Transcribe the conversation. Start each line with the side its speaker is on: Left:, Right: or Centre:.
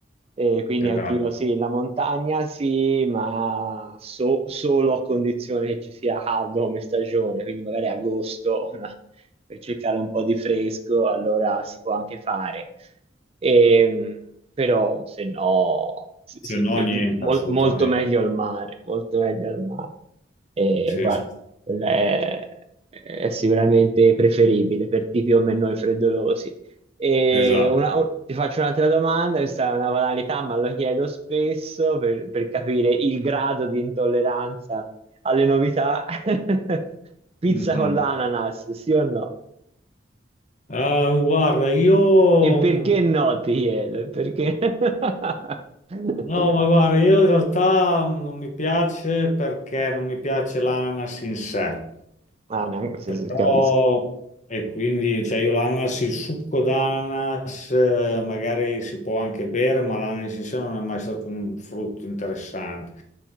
Right: e quindi
Left: esatto.
Right: anch'io sì, la montagna sì, ma so- solo a condizione che ci sia caldo come stagione, quindi magari agosto <laughs> una- per cercare un po' di fresco, allora si può anche fare. Ehm, però se no, sì,
Left: Se
Right: sì,
Left: no,
Right: beh,
Left: niente,
Right: mol-
Left: assolutamente.
Right: molto meglio al mare, molto meglio al mare. E
Left: Sì,
Right: guarda
Left: sì,
Right: è, è sicuramente preferibile per tipi come noi freddolosi. E
Left: esatto.
Right: una- o- ti faccio un'altra domanda, questa è una banalità, ma lo chiedo spesso per, per capire il grado di intolleranza alle novità. <laughs> Pizza
Left: Mhm.
Right: con l'ananas, sì o no?
Left: Ah, guarda, io...
Right: E perché
Left: mh,
Right: no, ti chiedo, e perché... <laughs>
Left: No, ma guarda, io in realtà mh, non mi piace perché non mi piace l'ananas in sé.
Right: Ah, no, sì,
Left: Però...
Right: sì, capisco.
Left: E quindi, cioè, io l'ananas, il succo d'ananas, eh, magari si può anche bere, ma l'ananas in sé non è mai stato un frutto interessante.